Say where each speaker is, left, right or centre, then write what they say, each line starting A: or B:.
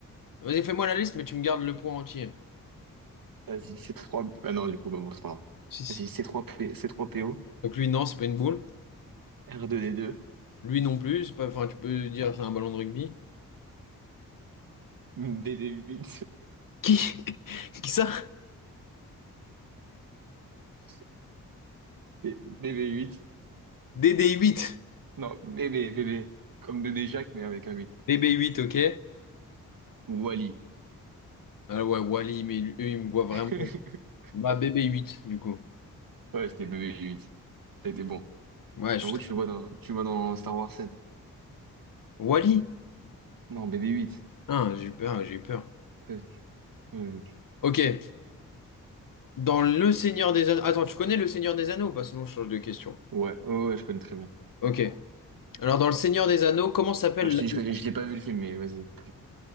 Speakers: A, on the left (about 60°); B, on the right (about 60°).
A: Vas-y, fais-moi la liste, mais tu me gardes le point entier.
B: Vas-y, c'est trois Ah non, du coup, bah bon, c'est pas grave.
A: Si, si.
B: Vas-y, c'est trois P... C3PO,
A: Donc lui, non, c'est pas une boule.
B: r deux d deux <laughs>
A: Lui non plus. c'est Pas, enfin, tu peux dire c'est un ballon de rugby.
B: b bb huit
A: Qui? <laughs> Qui ça?
B: <laughs> B- b huit
A: DD8.
B: Non, b b b b Comme bébé Jacques, mais avec un huit
A: BB8, ok.
B: Wally.
A: Ah ouais, Wally, mais lui, eux, ils me voient vraiment.
B: <laughs>
A: Bah, BB8, du coup.
B: Ouais, c'était b b huit Ça a été bon.
A: Ouais, je
B: En
A: suis
B: gros,
A: très...
B: tu le vois dans, tu le vois dans Star Wars sept
A: Wally?
B: Non, b 8
A: Ah, j'ai eu peur, ah, j'ai eu peur.
B: Ouais, ouais, ouais,
A: Ok, dans Le Seigneur des Anneaux. Attends, tu connais Le Seigneur des Anneaux ou pas? Sinon, je change de question.
B: ouais, ouais, ouais, je connais très bien.
A: Ok. Alors, dans Le Seigneur des Anneaux, comment s'appelle
B: Bah, je t'ai dis, je
A: l'anneau?
B: connais- je l'ai pas vu le film, mais vas-y.